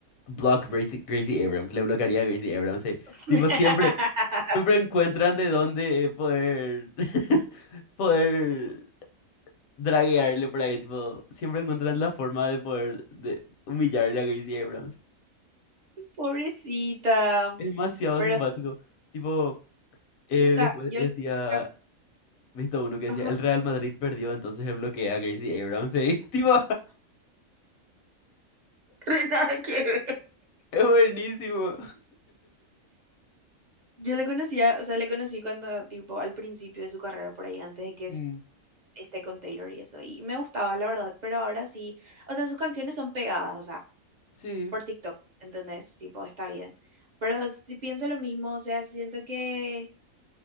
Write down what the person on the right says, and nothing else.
<laughs>
Pobrecita.
Pero
puta
yo
le conocía-
ajá.
<laughs> Nada que ver.
Yo le conocía, o sea, le conocí cuando, tipo, al principio de su carrera por ahí, antes de que es-
esté con Taylor y eso. Y me gustaba, la verdad, pero ahora sí. O sea, sus canciones son pegadas, o sea.
por TikTok, ¿entendés? Tipo, está bien. Pero si pienso lo mismo, o sea, siento que